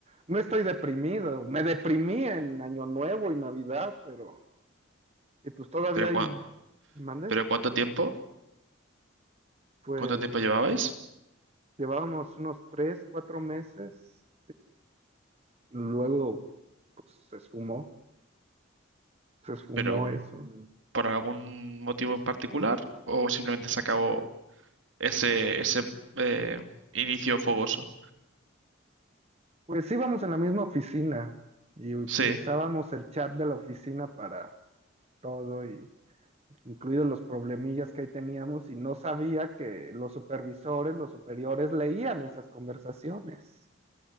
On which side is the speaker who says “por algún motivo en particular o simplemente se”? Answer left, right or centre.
Right